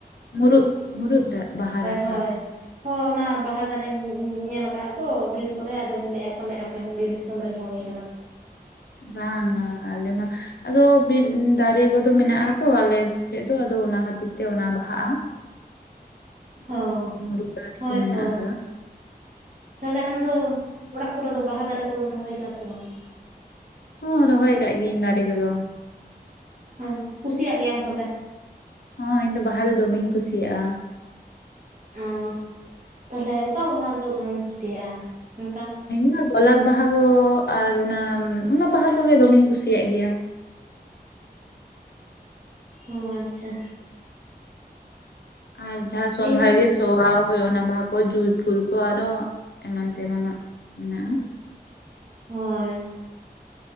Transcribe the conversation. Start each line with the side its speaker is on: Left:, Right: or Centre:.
Left: ᱢᱩᱩᱨᱩᱫ ᱢᱩᱩᱨᱩᱩᱫ ᱨᱮ ᱵᱟᱦᱟ ᱨᱟᱥᱟ
Right: ᱦᱳᱭ ᱦᱳᱭ ᱚᱱᱟ ᱵᱟᱦᱟ ᱫᱟᱨᱮᱧ ᱧᱮᱞ ᱠᱟᱜᱼᱟ ᱛᱚ ᱵᱤᱨ ᱠᱚᱨᱮᱜ ᱟᱫᱚᱧ ᱞᱟᱹᱭᱼᱟ ᱯᱟᱞᱮ ᱟᱯᱮ ᱦᱚᱸ ᱵᱤᱨ ᱫᱤᱥᱚᱢ ᱨᱮᱱ ᱦᱚᱲ ᱜᱮ ᱠᱟᱱᱟᱯᱮ
Left: ᱵᱟᱝᱟ ᱟᱞᱮ ᱢᱟ ᱟᱫᱚ ᱵᱤᱨ ᱫᱟᱨᱮ ᱠᱚᱫᱚ ᱢᱮᱱᱟᱜ ᱟᱛᱚ ᱟᱞᱮ ᱥᱮᱫ ᱫᱚ ᱟᱫᱚ ᱚᱱᱟ ᱠᱷᱟᱹᱛᱤᱨ ᱛᱮ ᱚᱱᱟ ᱵᱟᱦᱟᱜᱼᱟ
Right: ᱚ
Left: ᱢᱩᱨᱩᱫ ᱫᱟᱨᱮ
Right: ᱦᱳᱭᱛᱚ
Left: ᱠᱚ ᱢᱮᱱᱟᱜ ᱟᱠᱟᱫᱟ
Right: ᱛᱟᱦᱞᱮ ᱟᱢᱫᱚ ᱚᱲᱟᱜ ᱠᱚᱨᱮ ᱫᱚ ᱵᱟᱦᱟ ᱫᱟᱨᱮ ᱠᱚᱫᱚᱢ ᱨᱚᱦᱚᱭ ᱠᱟᱜᱼᱟ ᱥᱮ ᱵᱟᱝᱟ
Left: ᱦᱚᱸ ᱨᱚᱦᱚᱭ ᱟᱠᱟᱟᱜ ᱜᱤᱭᱟᱹᱧ ᱫᱟᱨᱮ ᱠᱚᱫᱚ
Right: ᱚ ᱠᱩᱥᱤᱭᱟᱜ ᱜᱮᱭᱟᱢ ᱛᱚᱵᱮ
Left: ᱦᱚᱸ ᱤᱧ ᱫᱚ ᱵᱟᱦᱟ ᱫᱚ ᱫᱚᱢᱮᱧ ᱠᱩᱥᱤᱭᱟᱜᱼᱟ
Right: ᱚ ᱛᱟᱦᱞᱮ ᱚᱠᱟ ᱵᱟᱦᱟ ᱫᱚ ᱫᱚᱢᱮᱢ ᱠᱩᱥᱤᱭᱟᱜᱼᱟ ᱚᱱᱠᱟ
Left: ᱢᱟ ᱜᱳᱞᱟᱯ ᱵᱟᱦᱟᱜ ᱟᱨ ᱚᱱᱟ ᱚᱱᱟ ᱵᱟᱦᱟ ᱠᱚᱜᱮ ᱫᱚᱢᱮᱧ ᱠᱩᱥᱤᱭᱟᱜ ᱜᱮᱭᱟ
Right: ᱚ ᱦ ᱟᱪᱪᱷᱟ
Left: ᱟᱨ ᱡᱟᱦᱟᱸ ᱥᱚᱸᱫᱷᱟᱲ
Right: ᱤᱧ
Left: ᱜᱮ ᱥᱚᱣᱟ ᱦᱳᱭ ᱚᱱᱟ ᱵᱟᱦᱟ ᱠᱚ ᱡᱩᱭ ᱯᱷᱩᱞ ᱠᱚ ᱟᱨᱚ ᱮᱢᱟᱱ ᱛᱮᱢᱟᱱᱟᱜ ᱢᱮᱱᱟᱜᱼᱟ
Right: ᱦᱳᱭ